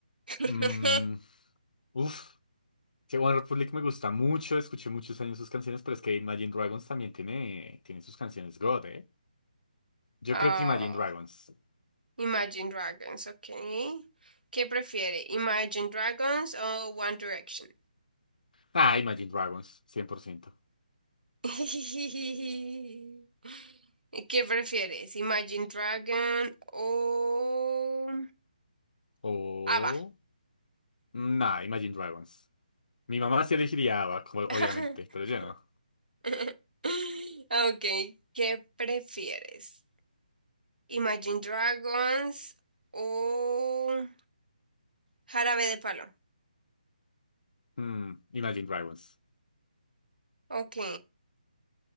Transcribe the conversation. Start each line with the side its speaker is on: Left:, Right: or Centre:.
Right: <laughs>
Left: Mm, uf, que One Republic me gusta mucho, escuché muchos años sus canciones, pero es que Imagine Dragons también tiene, tiene sus canciones God, ¿eh? Yo
Right: Ah,
Left: creo que Imagine Dragons.
Right: Imagine Dragons, ok. ¿Qué prefiere? ¿Imagine Dragons o One Direction?
Left: Ah, Imagine Dragons, 100%.
Right: <laughs> ¿Y ¿Qué prefieres? ¿Imagine Dragon o
Left: O...
Right: Ava?
Left: Nah, Imagine Dragons. Mi mamá sí elegiría ABBA, como- obviamente,
Right: <laughs>
Left: pero yo no.
Right: <laughs> Ok, ¿qué prefieres? ¿Imagine Dragons o Jarabe de Palo?
Left: Mm, Imagine Dragons.
Right: Ok,